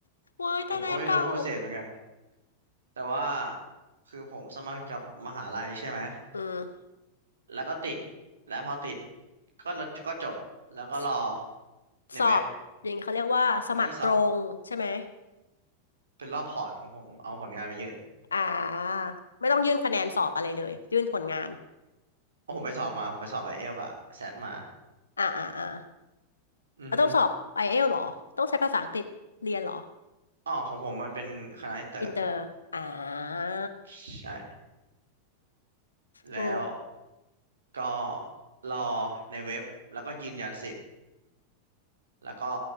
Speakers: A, on the left; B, on the right.
A: เว้ยตายแล้วเก่า
B: ผมก็ไม่รู้โปรเซสเหมือนกันแต่ว่าคือผมสมัครกับมหาลัยใช่ไหม
A: อืม
B: แล้วก็ติดแล้วพอติดก็ลดก็จบแล้วก็รอ
A: ส
B: ในเว็บ
A: สอบอย่างนี้เขาเรียกว่าสมัครตรงใช่ไหม
B: ไม่สอบเป็นรอบพอร์ตของผมเอาผลงานไปยื่น
A: อ่าไม่ต้องยื่นคะแนนสอบอะไรเลยยื่นผลงาน
B: โอ้ผมไปสอบมาผมไปสอบไอเอลกับแซดมา
A: อ่าอ่าอ่า
B: อือฮึ
A: เราต้องสอบไอเอลหรอต้องใช้ภาษาอังกฤษเรียนเหรอ
B: อ๋อของผมมันเป็นคณะอินเตอร์
A: อินเตอร์อ่า
B: ใช่แล้ว
A: โอ้
B: ก็รอในเว็บแล้วก็ยืนยันสิทธิ์แล้วก็